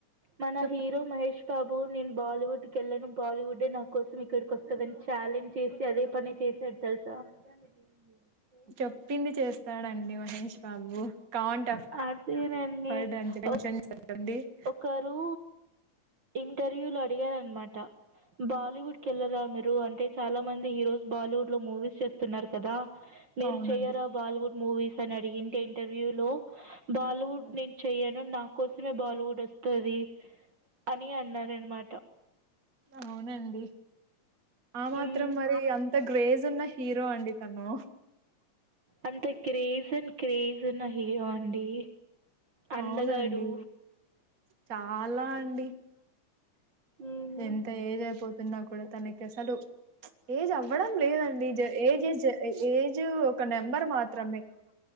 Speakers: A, on the right; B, on the right.
A: మన
B: చెప్ప
A: హీరో మహేష్ బాబు నేను బాలీవుడ్కి వెళ్ళాను బాలీవుడ్డే నా కోసం ఇక్కడికి వస్తదని ఛాలెంజ్ చేసి అదే పని చేశాడు తెలుసా <unintelligible>
B: చెప్పింది చేస్తాడండి మహేష్ బాబు కాంట్ ఆఫ్
A: అదేనండి.
B: హర్డ్ <unintelligible>
A: ఓహ్! ఒకరు ఇంటర్వ్యూలో అడిగారన్నమాట బాలీవుడ్ కి వెళ్లరా మీరు అంటే చాలా మంది హీరోస్ బాలీవుడ్ లో మూవీస్ చేస్తున్నారు కదా మీరు
B: అవునండి
A: చెయ్యరా బాలీవుడ్ మూవీస్ అని అడిగి ఇంటర్వ్యూ లో బాలీవుడ్ నేను చెయ్యాను నా కోసమే బాలి వస్తది అని అన్నాడు అనమాట
B: అవునండి ఆ మాత్రం
A: మ్మ్
B: మరి అంత గ్రేజ్ ఉన్న హీరో అండి తను
A: అంత క్రేజన్ క్రేజ్ ఉన్న హీరో అండి అందగాడు
B: అవునండి చాలా అండి
A: మ్మ్
B: ఎంత ఏజ్ అయిపోతున్నా కూడా తనకి అసలు ఏజ్ అవ్వడం లేదండి జ ఏజ్ ఏజ్ ఒక నెంబర్ మాత్రమే